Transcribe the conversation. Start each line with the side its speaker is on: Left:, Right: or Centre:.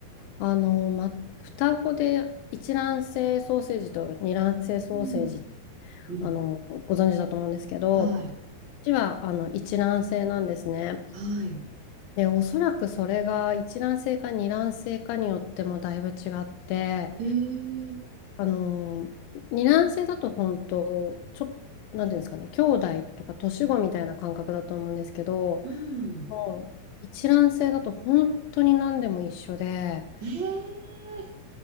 Left: あの、ま、双子で一卵性ソーセージと二卵性ソーセージ、
Right: うん、うん、
Left: あの、ご存知だと思うんですけど、
Right: はい、
Left: うちはあの一卵性なんですね。
Right: はい。
Left: で、おそらくそれが一卵性か二卵性かによってもだいぶ違って、
Right: えー、
Left: あの、二卵性だと本当、ちょ、なんていうんですかね、兄弟とか年子みたいな感覚だと思うんですけど、
Right: うん。
Left: もう一卵性だと本当に何でも一緒で、
Right: えー、